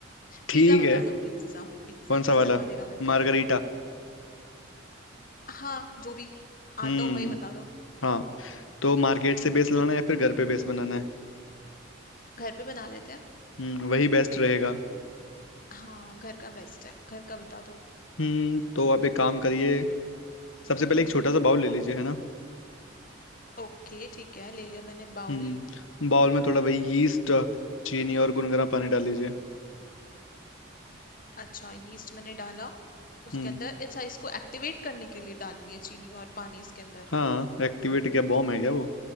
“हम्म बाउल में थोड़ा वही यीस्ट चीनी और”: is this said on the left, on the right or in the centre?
Left